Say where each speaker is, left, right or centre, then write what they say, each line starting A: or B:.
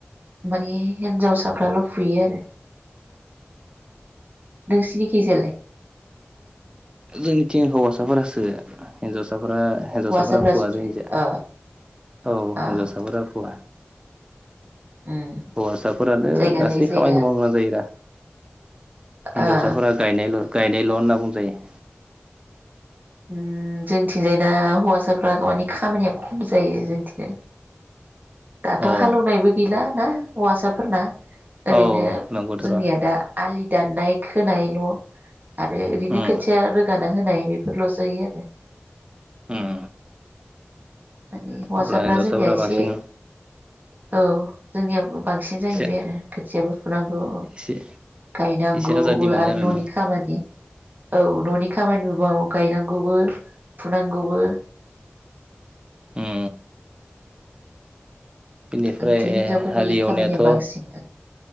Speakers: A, on the right; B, on the right.
A: माने हिनजावसाफ्राल फुयो आरो। नोंसिनिखै जालाय
B: जोंनिथिं हौवा साफोरासो हिन्जावसा हिरा हिन्जावसाफ्रा
A: हौवासाफ्रासो
B: फुवा जोंनिजा
A: अ
B: औ
A: अ
B: हिनजावसाफोरा फुवा
A: उम
B: हौवासाफोरानो
A: जायगा
B: गासै
A: लायै जायगा
B: खामानिखौ मावनो गोनां जायो दा हिनजावसाफोरा
A: ओ
B: गायनायल' गायनायल' होनना बुंजायो।
A: उम जोंथिंजायना हौवासाफ्रा माने खामानिया खम जायो जोंथिंनो दाथ'
B: औ
A: हालेवनायबो गैला ना। हौवासाफोरना ओरैनो
B: औ नंगौथ'
A: जोंनिया
B: र'
A: दा आलि दाननाय खोनायल' आरो ओरैनो
B: उम
A: खोथिया रोगाना होनाय बेफोरल'सो जायो आरो
B: उम
A: माने हौवासाफ्रा
B: अब्ला हिन्जावसाफोरा
A: जोंनिया एसे
B: बांसिन
A: औ जोंनिया बांसिन जाहैबाय
B: एसे
A: आरो खोथियाबो फुनांगौ
B: एसे
A: गायनांगौबो
B: एसे आजादि मोनो
A: आरो न'नि
B: न'
A: खामानि औ न'नि खामानि माव गायनांगौबो फुनांगौबो।
B: उम बेनिफ्राय
A: जोंनिथिं हिन्जावफोरनि
B: हालेवनायाथ'
A: खामानिया बांसिन